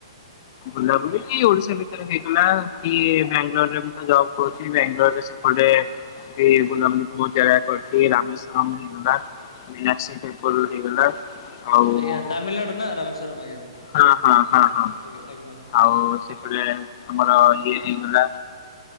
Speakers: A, on the left; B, on the left.
A: ବୁଲାବୁଲି କି ଓଡିଶା ଭିତରେ ହେଇଗଲା କି ବ୍ୟାଙ୍ଗାଲୋରରେ ମୁଁ ତ ଜବ କରୁଚି ବ୍ୟାଙ୍ଗାଲୋରରେ ସ <unintelligible> ଏମତି ବୁଲାବୁଲି ବହୁତ ଜାଗା କରଚି ରାମେଶ୍ୱରମ୍ ହେଇଗଲା। ମିନାକ୍ଷୀ ଟେମ୍ପୂଲ୍ ହେଇଗଲା। ଆଉ
B: ଆଜ୍ଞା ତାମିଲନାଡୁ ନା ରାମେଶ୍ଵରମ ଆଜ୍ଞା।
A: ହଁ, ହଁ, ହଁ, ହଁ
B: ଆଜ୍ଞା ଆଜ୍ଞା
A: ଆଉ ସେପଟେ ଆମର ଇଏ ହେଇଗଲା।